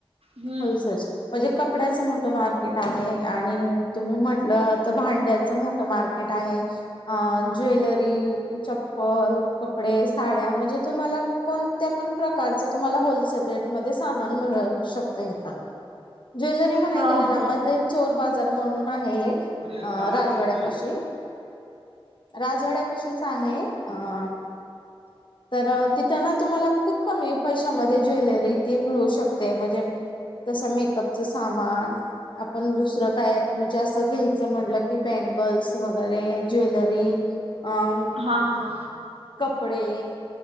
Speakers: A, on the right; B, on the left.
A: हम्म
B: होलसेल म्हणजे कपड्याचं मोठं मार्केट आहे आणि तुम्ही म्हटलं तर भांड्याचं मोठं मार्केट मार्केट आहे, अं ज्वेलरी, चप्पल कपडे, साड्या म्हणजे तुम्हाला कोणत्या पण प्रकारचं तुम्हाला होलसेल रेट मधेच सामान मिळ शकतं हिथं. ज्वेलरी म्हणाया
A: हा
B: गेलं ना
A: हा
B: मं ते चोर बाजार म्हणून आहे एक
A: हम्म
B: अ राजवाड्यापशी राजवाड्या राजवाड्यापशीच आहे अं तर तिथं ना तुम्हाला खूप कमी पैशामध्ये ज्वेलरी ती मिळू शकते म्हणजे तसं मेकअपचं सामान आपण दुसरं काय म्हणजे असं घ्यायचं म्हणलं की बँगल्स वगैरे ज्वेलरी अं
A: हा हा
B: कपडे